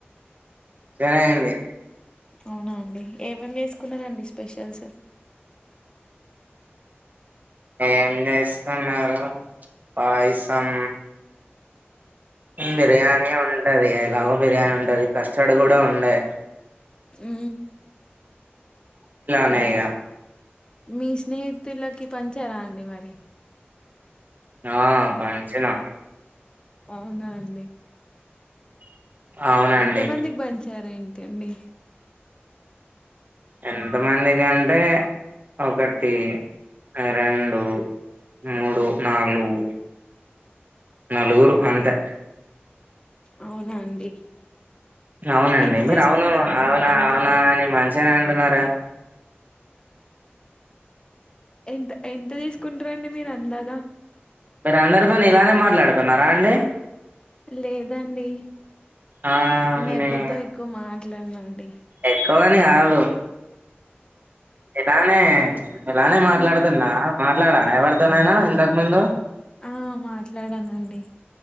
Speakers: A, on the right; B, on the left.
A: బానే అయింది
B: అవునా అండి ఏమేమి చేసుకున్నారండి స్పెషల్స్
A: ఏం చేస్కున్నారు పయసం బిర్యానీ ఉంటది ఎలాగో బిర్యానీ ఉంటది కస్టర్డ్ కూడా ఉండే
B: ఉ
A: ఇంట్లోనే ఇగ
B: మీ స్నేహితులకి పంచారా అండి మరి
A: ఆ పంచినం
B: అవునా అండి
A: అవునండి
B: ఎంతమందికి పంచారు ఏంటండీ
A: ఎంతమంది కంటే ఒకటి రెండు మూడు నాలుగు నలుగురు అంతే
B: అవునా అండి
A: అవునండి
B: ఎంత
A: మీరు
B: తీసుకుంటారండి
A: అవును అవునా
B: మీరు ఎంత
A: అవునా అని మంచిగానే అంటున్నారే
B: ఎంత ఎంత తీసుకుంటారండి మీరు అందాగా
A: మీర అందరితోను ఇలానే మాట్లాడుతున్నారా అండి
B: లేదండి
A: ఆ
B: నేను
A: మీ
B: ఎవ్వరితో ఎక్కువ మాట్లాడను అండి
A: ఎక్కువని కాదు ఇలానే ఇలానే మాట్లాడుతున్నా మాట్లాడార ఎవరితోనైనా ఇంతకు ముందు
B: ఆ మాట్లాడానండి